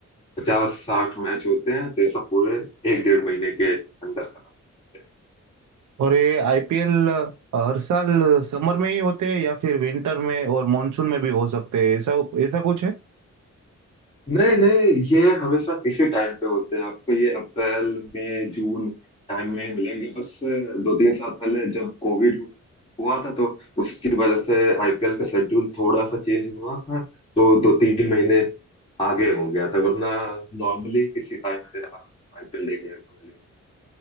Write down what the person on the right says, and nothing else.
और ये आईपीएल हर साल समर में ही होते हैं या फिर विंटर में और मॉनसून में भी हो सकते हैं ऐसा ऐसा कुछ है